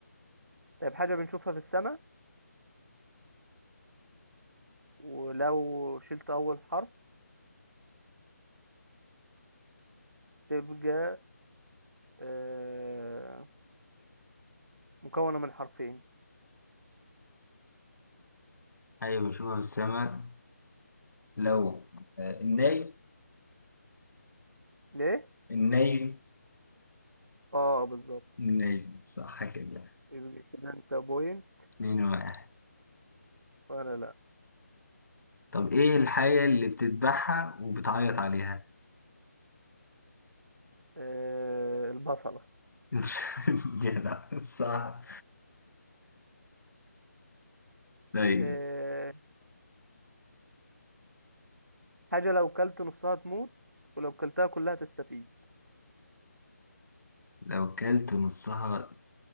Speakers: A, on the right (about 85°); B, on the left (about 85°).
A: طيب حاجة بنشوفها في السماء ولو شلت أول حرف تبقى آه... مكونة من حرفين
B: حاجة بشوفها في السماء لو آه، النجم
A: ليه؟
B: النجم
A: اه بالظبط
B: النجم صح كده
A: يبقى كده انت بوينت
B: اتنين واحد
A: وأنا لأ
B: طب ايه الحاجة اللي بتذبحها وبتعيط عليها؟
A: آه... البصلة
B: <laughs> يا لا صح طيب
A: آه... حاجة لو كلت نصها تموت ولو كلتها كلها تستفيد
B: لو كلت نصها